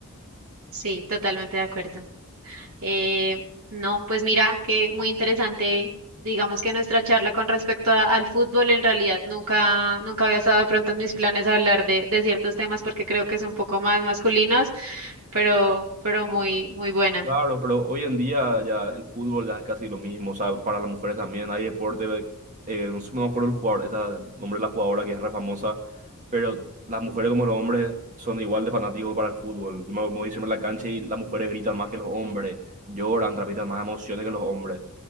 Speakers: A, on the right; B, on the right.
A: Sí, totalmente de acuerdo. Eh, no, pues mira, que muy interesante, digamos que nuestra charla con respecto a- al fútbol, en realidad nunca, nunca había estado de pronto en mis planes hablar de, de ciertos temas porque creo que son un poco más masculinos, pero, pero muy, muy buena.
B: Claro, pero hoy en día ya el fútbol ya es casi lo mismo, o sea, para las mujeres también hay deporte, eh, no sé, no me acuerdo el jugador, esta nombre de la jugadora que es re famosa, pero las mujeres como los hombres son igual de fanáticos para el fútbol. Yo me, me voy a a la cancha y las mujeres gritan más que los hombres, lloran, transmiten más emociones que los hombres.